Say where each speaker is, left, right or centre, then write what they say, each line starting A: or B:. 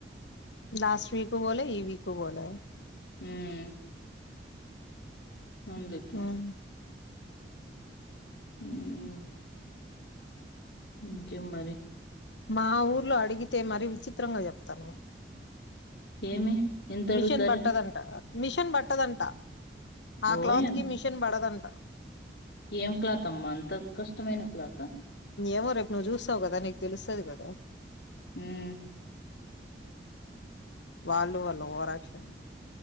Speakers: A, on the left; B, on the left.
A: లాస్ట్ వీకు బోలె ఈ వీకు బోలే
B: హ్మ్మ్ అందుకా
A: హ్మ్.
B: హ్మ్మ్ హ్మ్మ్ ఇంకేం మరి
A: మా ఊర్లో అడిగితే మరి విచిత్రంగా చెప్తాను
B: ఏమి ఎంత
A: మిషన్
B: అడుగుతారు
A: బట్టదంటా మిషన్ బట్టదంట ఆ
B: ఓయమ్
A: క్లాత్ కి మిషన్ పడదంట
B: ఏం క్లాతమ్మ అంత కష్టమైన క్లాత్
A: ఏమో రేపు నువ్వు చూస్తావు కదా నీకు తెలుస్తది కదా
B: హ్మ్మ్
A: వాళ్ళు వాళ్ళ ఓవరాక్షన్